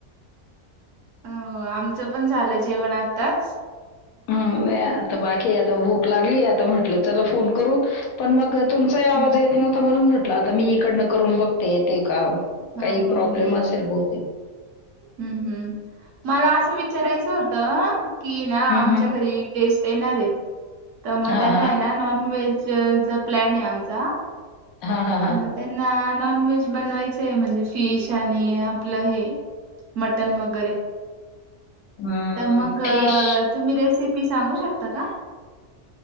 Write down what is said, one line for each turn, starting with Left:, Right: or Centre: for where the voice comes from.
Right: हो आमचं पण झालं जेवण आताच.
Left: हम् नाही आता बाकी आता भूक लागली आता म्हटलं चला फोन करू पण मग. तुमचाही आवाज
Right: ह
Left: येत ना म्हणून म्हटलं आता मी इकडनं करून बघते येते का
Right: हो
Left: काही
Right: हो
Left: प्रॉब्लेम
Right: हो
Left: असेल बहूतेक ते
Right: हम्म हम्म मला असं विचारायचं होतं कि ना
Left: हम्म
Right: आमच्या
Left: हम्म
Right: घरी गेस्ट येणार आहेत. तर मग
Left: हा
Right: त्यांना
Left: हा
Right: आहे ना नॉन व्हेजचा प्लॅन आहे आमचा.
Left: हां, हां, हां.
Right: तर मग त्यांना नॉन व्हेज बनवायचंय म्हणजे फिश आणि आपलं हे. मटन वगैरे
Left: अं,
Right: मग
Left: फिश
Right: तुम्ही रेसिपी. सांगू शकता का.